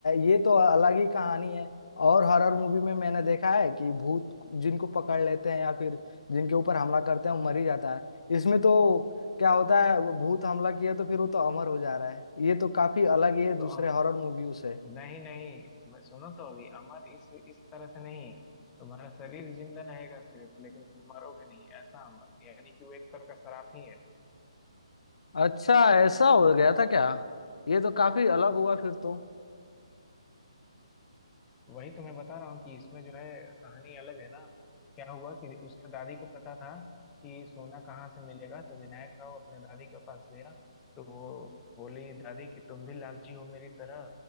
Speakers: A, on the left; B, on the left.
A: ये तो अलग ही कहानी है और हॉरर मूवी में मैंने देखा है कि भूत जिनको पकड़ लेते हैं या फिर जिनके ऊपर हमला करते हैं वो मर ही जाता है इसमें तो क्या होता है वो भूत हमला किया तो फिर वो तो अमर हो जा रहा है ये तो काफी अलग ही है
B: तो
A: दूसरे हॉरर मूवियों से
B: नहीं नहीं मैं सुनो तो अभी अमर इस इस तरह से नहीं तुम्हारा शरीर जिंदा रहेगा सिर्फ लेकिन तुम मरोगे नहीं ऐसा अमर यानी कि वो एक तरह का श्राप ही है
A: अच्छा ऐसा हो गया था क्या ये तो काफी अलग हुआ फिर तो
B: वही तो मैं बता रहा हूँ कि इसमें जो है कहानी अलग है ना क्या हुआ कि उसके दादी को पता था कि सोना कहाँ से मिलेगा तो विनायक राव अपने दादी के पास गया तो वो बोली दादी कि तुम भी लालची हो मेरी तरह